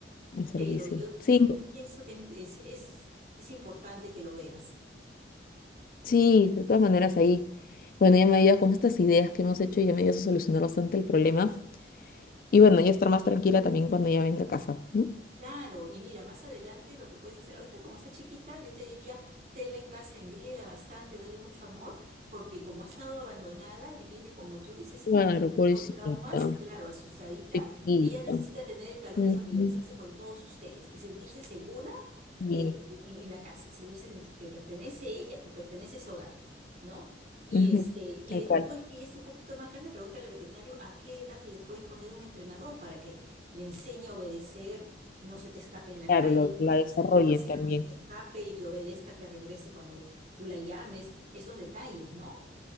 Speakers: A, on the left; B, on the right.
A: el servicio.
B: Pero yo,
A: Sí.
B: yo pienso que es, es- es importante que lo veas.
A: Sí, de todas maneras ahí. Bueno, ya me ayuda con estas ideas que hemos hecho y ya me ayuda a solucionar bastante el problema. Y bueno, ya estar más tranquila también cuando ella venga a casa, ¿no?
B: Claro, y mira, más adelante lo que puedes hacer, ahorita como está chiquita, yo te diría, tenla en casa, engríela bastante, dale mucho amor, porque como ha estado abandonada y viene, como tú dices,
A: Claro,
B: también
A: pobrecita,
B: con traumas, claro, asustadita,
A: chiquita.
B: ella necesita tener el calor
A: Ujú,
B: y familiarizarse con todos ustedes y sentirse segura
A: Y
B: que en, en la casa, sentirse sent- que pertenece ella, que pertenece a ese hogar. ¿No? Y
A: ujú,
B: este, y
A: Tal
B: después
A: cual.
B: que ella esté un poquito más grande, pregúntale al veterinario a qué edad le puedes poner un entrenador para que le enseñe a obedecer no se te escape en la
A: claro,
B: calle,
A: lo-
B: cuando
A: la desarrollen
B: la saques a pasear
A: también.
B: no se te escape y te obedezca que regrese cuando tú la llames, esos detalles, ¿no?